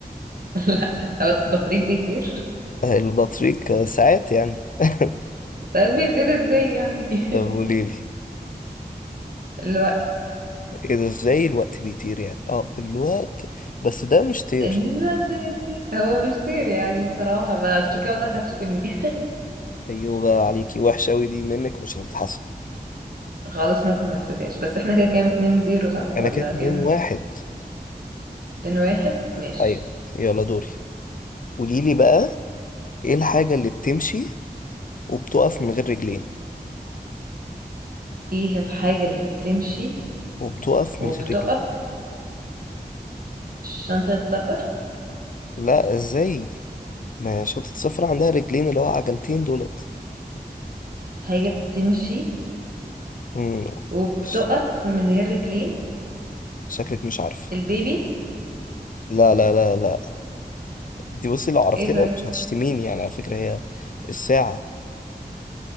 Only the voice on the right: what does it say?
لا هو البطريق بيطير
ساعات بيطير ازاي يعني <laughs>
الوقت
الوقت هو مش طير يعني بصراحة ما عشان كده واضح هتشتمني <laughs>
خالص ممكن ما نحسبهاش بس احنا كده كام اتنين زيرو صح
ولا
كام
اتنين واحد ماشي
ايه الحاجة اللي بتمشي
وبتقف
شنطة السفر
حاجة بتمشي
وبتقف
من غير رجلين
البيبي
ايه طيب